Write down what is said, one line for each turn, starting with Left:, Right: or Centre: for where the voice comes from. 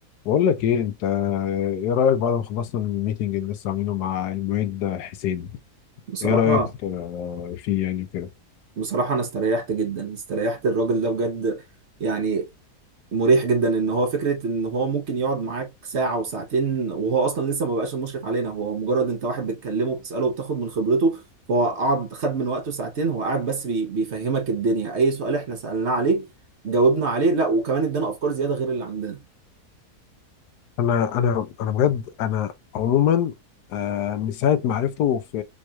Left: بقول لك ايه انت ايه رايك بعد ما خلصنا من الميتنج اللي لسه عاملينه مع المعيد حسين
Right: بصراحة
Left: ايه رايك آه، فيه يعني كده
Right: بصراحة أنا استريحت جدا استريحت الراجل ده بجد يعني مريح جدا إن هو فكرة إن هو ممكن يقعد معاك ساعة وساعتين وهو أصلا لسه ما بقاش المشرف علينا هو مجرد أنت واحد بتكلمه بتسأله وبتاخد من خبرته فهو قعد خد من وقته ساعتين هو قاعد بس بي بيفهمك الدنيا أي سؤال إحنا سألناه عليه جاوبنا عليه لا وكمان إدانا أفكار زيادة غير اللي عندنا
Left: انا انا انا بجد انا عموما آه، من ساعه ما عرفته في